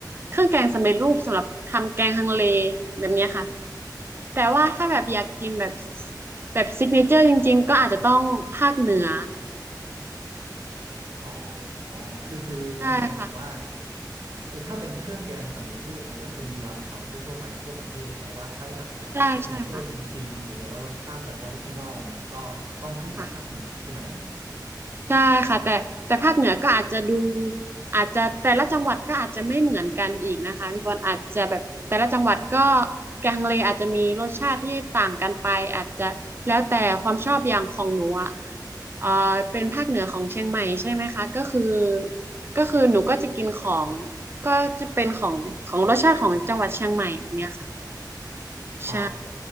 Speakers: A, on the right (about 30°); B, on the right (about 65°).
A: เครื่องแกงสำเร็จรูปสำหรับทำแกงฮังเลแบบเนี้ยค่ะแต่ว่าถ้าแบบอยากกินแบบแบบซิกเนเจอร์จริงๆก็อาจจะต้องภาคเหนือ
B: อ๋อ คือคือน้องแอมกำลังบอกว่า
A: ใช่ค่ะ
B: แต่ถ้าเป็นเครื่องแกงสำเร็จรูปเนี่ยก็คือมีวางขายทั่วๆไปทั่วประเทศแต่ว่าถ้าอยากแบบเป็นซิกเนเจอร์จริงๆหรือแบบว่ารสชาติแบบออริจินอลเนี่ยก็ต้องขึ้นมาภาคเหนือใช่ไหม
A: ใช่ใช่ค่ะค่ะ ได้ค่ะแต่แต่ภาคเหนือก็อาจจะดูอาจจะแต่ละจังหวัดก็อาจจะไม่เหมือนกันอีกนะคะพี่บอลอาจจะแบบแต่ละจังหวัดก็แกงเลอาจจะมีรสชาติที่ต่างกันไปอาจจะแล้วแต่ความชอบอย่างของหนูอ่ะเอ่อเป็นภาคเหนือของเชียงใหม่ใช่ไหมคะก็คือก็คือหนูก็จะกินของก็จะเป็นของของรสชาติของจังหวัดเชียงใหม่แบบเนี้ยค่ะใช่
B: อ๋อ